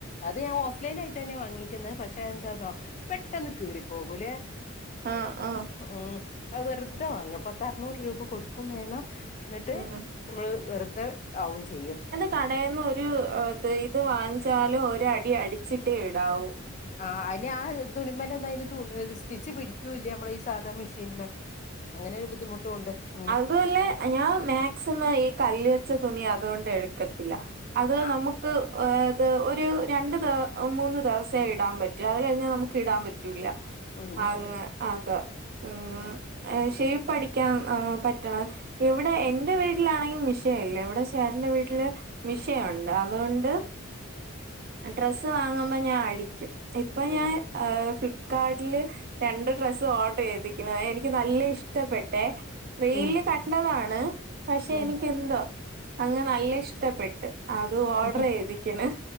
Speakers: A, on the left; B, on the right.
A: അത് ഞാൻ ഓഫ്ലൈൻആയിട്ട ന്നെ വാങ്ങീക്ക്ന്ന് പക്ഷെ എന്തേതോ പെട്ടെന്ന് കീറി പോകൂലെ
B: ആഹ്
A: എ
B: ആഹ്
A: ഉം അഅ് വെറ്തെ വാങ്ങാപത്തർനൂറ് രൂപ കൊടുക്കും വേണം ന്ന്ട്ട്
B: ഉം
A: നമ്മള് വെറ്തെ ആവും ചെയ്യും
B: കടേന്ന്ഒരു ഒ ത് ഇത് വാങ്ങിച്ചാല് ഒരടി അടിച്ചിട്ടേ ഇടാവൂ
A: ആഹ് അയിന് ആഹ് തുണിമലൊന്നും അയിന് തുന്നൽ സ്റ്റിച്ച് പിടിക്കൂല്ല ഇമ്മളെ സാധാ മെഷീൻമെ അങ്ങനെ ഒരു ബുദ്ധിമുട്ടും ഉണ്ട് ഉം
B: തുപോലെ ഞാംമാക്സിമം ഈ കല്ല് വെച്ച തുണി അതോണ്ട് എട്ക്കത്തില്ല അത്
A: ആഹ്
B: നമുക് ക് ഓ ത് ഒരു രണ്ട് ദോ മൂന്ന് ദെവസെ ഇടാം പറ്റും അത് കഴിഞ്ഞാൽ നമുക്ക് ഇടാൻ പറ്റൂല്ല.
A: ഉം
B: അങ്ങെ അതാ ഉം ഏ ഷെയ്പ്പടിക്കാൻ് ആ പറ്റണം ഇവിടെ എൻന്റെ വീട്ടിലാണെങ്കി മിഷീല്ലവി ചേട്ടന്റെ വീട്ടില് മിഷയുണ്ട് അതുകൊണ്ട്? ഡ്രസ്സ് വാങ്ങുമ്പോ ഞാൻ അടിക്യും ഇപ്പൊ ഞാൻ
A: ഉം
B: ആഹ് ഫ്ലിപ്കാർട്ടില് രണ്ട് ഡ്രസ്സ് ഓർഡർ ചെയ്തി <unintelligible> എനിക്ക് നല്ല ഇഷ്ടപ്പെട്ടെ. റീല്ല്
A: ഉം
B: കണ്ടതാണ് പക്ഷെ
A: ഉം
B: എനിക്ക് എന്തോ? അങ്ങ് നല്ല ഇഷ്ടപ്പെട്ട് അത് ഓർഡർ
A: ഉം
B: ചെയ്തിക്ക്ണ്.